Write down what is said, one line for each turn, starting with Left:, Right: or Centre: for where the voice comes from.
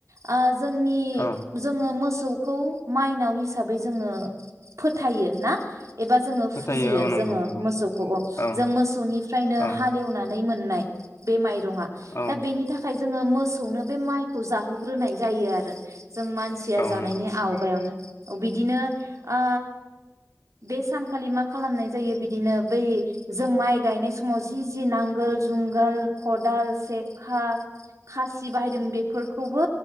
Right: आ जोंनि
Left: औ
Right: जोङो मोस सौखौ माइनाव हिसाबै जोङो फोथायो। ना! एबा जोङो
Left: फोथायो
Right: फुजियो
Left: औ नंगौ
Right: जोङो
Left: नंगौ
Right: मोसौखौ अ
Left: औ
Right: जों मोसौनिफ्रायनो
Left: औ
Right: हालेवना नै मोननाय बै माइ रङा
Left: औ
Right: दा बेनि थाखाय जो मोसौनो बे माइ खौ जाहो ग्रोनाय जायो आरो। जों मानसिया
Left: औ
Right: जानायनि
Left: नंगौ
Right: आवगायावनो अ बि दिनो ओ बे सानखालि मा खालामनाय जायो बिदिनो बै जों माइ गायनाय समाव जि जि नांगोल जुंगाल खदाल से खा खा सि बाहायदों बेफोरखौबो